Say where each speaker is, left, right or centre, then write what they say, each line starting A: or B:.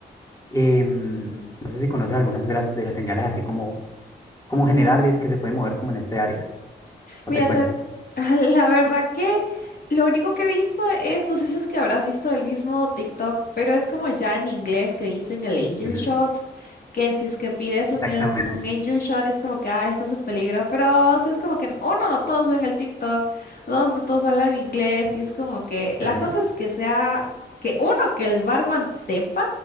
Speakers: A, on the left; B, on the left.
A: Em,
B: Ujú.
A: no sé si conoces algunas de las, de las señales así como, como generales que se pueden mover como en este área. O
B: Mira,
A: te cuento.
B: sabes, <laughs> la verdad que lo único que he visto es, no sé si es que habrás visto el mismo TikTok, pero es como ya en inglés que dicen el angel
A: Ujú,
B: shot, que si es que pides un,
A: Exactamente.
B: el- un angel shot es como que, ah, estás en peligro, pero o sea, es como que uno, no todos ven el TikTok, dos, no todos hablan inglés, y es como que la
A: Ujú,
B: cosa es que sea, que uno, que el barman sepa